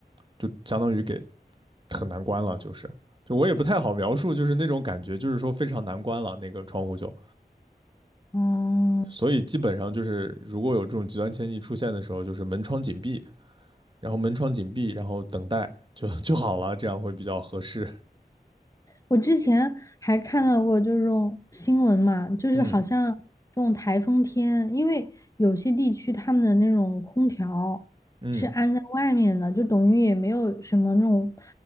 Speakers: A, on the right; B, on the left.
A: 就相当于给很难关了，就是，就我也不太好描述，就是那种感觉，就是说非常难关了那个窗户就，
B: 哦，
A: 所以基本上就是如果有这种极端天气出现的时候，就是门窗紧闭，然后门窗紧闭，然后等待就就好了，这样会比较合适。
B: 我之前还看到过这种新闻嘛，就是好像这种台风天，
A: 嗯
B: 因为有些地区他们的那种空调是安在外面的，
A: 嗯
B: 就等于也没有什么那种